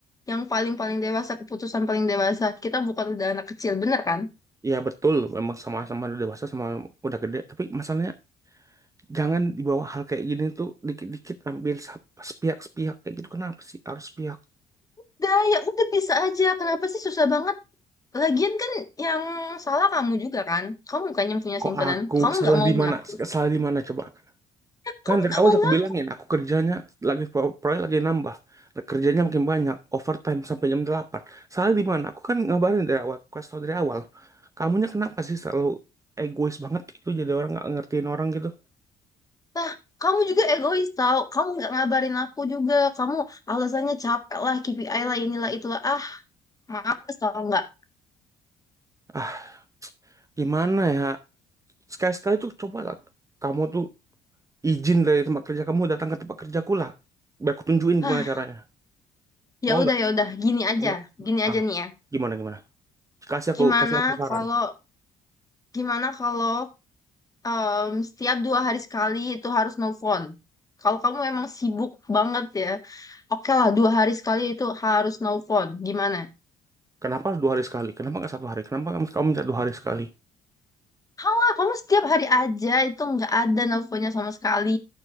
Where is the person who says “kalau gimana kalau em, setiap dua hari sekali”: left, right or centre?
Left